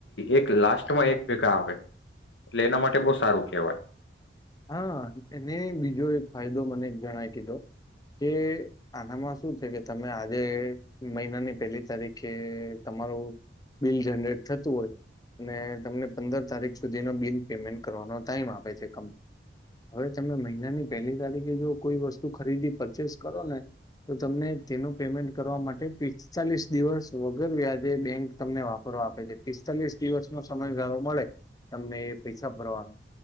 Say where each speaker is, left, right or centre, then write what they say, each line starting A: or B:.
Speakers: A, on the left; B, on the left.
A: એક લાસ્ટમાં એક ભેગા આવે એટલે એના માટે બસ સારું કહેવાય.
B: હા એને બીજો એક ફાયદો મને જણાઇ કીધો કે આનામાં શું છે કે તમે આજે મહિનાની પહેલી તારીખે તમારું બિલ જનરેટ થતું હોય અને તમને પંદર તારીખ સુધીનો બિલ પેમેન્ટ કરવાનો ટાઈમ આપે છે કં હવે તમે મહિનાની પહેલી તારીખે જો કોઈ વસ્તુ ખરીદી પરચેસ કરો ને તો તમને તેનું પેમેન્ટ કરવા માટે પિસ્તાલીસ દિવસ વગર વ્યાજે બેંક તમને વાપરવા આપે છે. પિસ્તાલીસ દિવસનો સમયગાળો મળે તમને એ પૈસા ભરવાનો